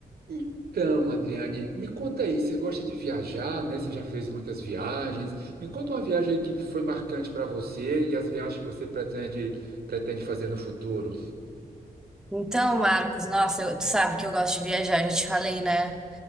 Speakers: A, on the right (about 70°); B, in the centre.
A: Então, Adriane, me conta aí, você gosta de viajar, né? Você já fez muitas viagens. Me conta uma viagem aí que foi marcante para você e as viagens que você pretende, pretende fazer no futuro.
B: Então, Marcos, nossa, eu- tu sabe que eu gosto de viajar, já te falei, né?